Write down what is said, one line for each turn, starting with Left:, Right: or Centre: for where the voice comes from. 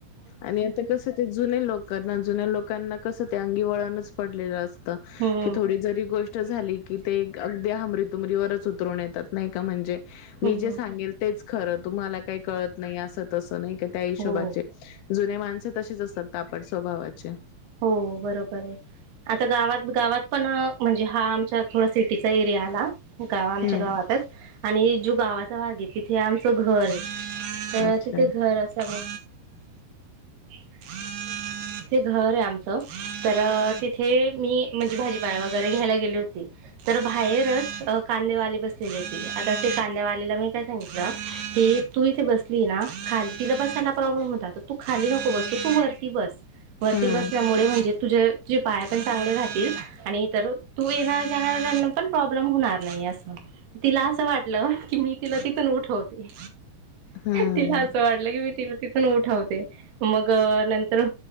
Left: आणि आता कस ते जुने लोक कारण जुन्या लोकांना कसं ते अंगी वळणच पडलेलं अस असत
Right: हम्म
Left: की थोडी जरी गोष्ट झाली की ते ते हमरी तुमरी वरच उतरून येतात नाही का म्हणजे मी
Right: हम्म
Left: जे सांगेल तेच खरं. तुम्हाला काही कळत नाही आसत. तो नाही का? त्या हिशोबाने
Right: हो
Left: जुने माणस तशीच असतात, तापट स्वभावाचे.
Right: हो हो बरोबर ये. आता गावात गावात पण अ म्हणजे, हा आमच्या थोडा सिटीचा एरिया आला. गाव आमच्या
Left: हम्म
Right: गावातच आणि ज्यो गावात सहा घे. तिथे आमचं घर आहे. अ
Left: अच्छा
Right: तिथे घर असा मो <unintelligible> ते घर ये तर तिथे मी म्हणजे भाजीपाला वगैरे घ्यायला गेली होती, तर बाहेरच कांदेवाली बसलेली होती आता ते कांदेवालेला मी काय सांगितलं की तू इथे बसली ना खाली तिला बसायला प्रॉब्लेम होता, तर तू खाली नको बसल तू वरती बस त्यामुळे
Left: हम्म
Right: म्हणजे तुझे तुझे पाय पण चांगले राहतील, आणि तर तू येणाय्रा जाणाऱ्यांना पण प्रॉब्लेम होणार नाही असं, तिला असं वाटलं की मी तिला तिथून उठवते.
Left: हम्म
Right: तिला असं वाटलं की मी तिला तिथून उठवते, मग अं नंतर